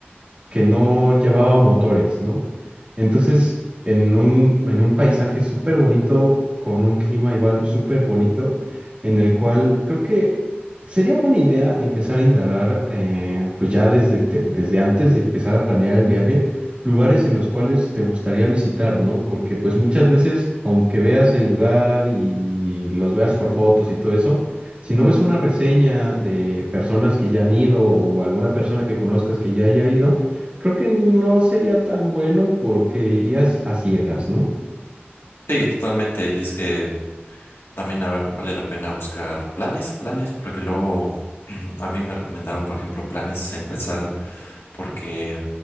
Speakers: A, on the right (about 30°); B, on the left (about 75°).
A: que no llevaba motores, ¿no? Entonces, en un, en un paisaje súper bonito, con un clima igual súper bonito, en el cual creo que sería buena idea empezar a indagar, eh, pues ya desde, te- desde antes de empezar a planear el viaje, lugares en los cuales te gustaría visitar, ¿no? Porque pues muchas veces, aunque veas el lugar y los veas por fotos y todo eso, si no ves una reseña de personas que ya han ido o alguna persona que conozcas que ya haya ido, Creo que no sería tan bueno porque irías a ciegas, ¿no?
B: Sí, totalmente. Y es que También a- vale la pena buscar planes, planes, porque luego a mí me recomendaron, por ejemplo, planes en Quetzalan, porque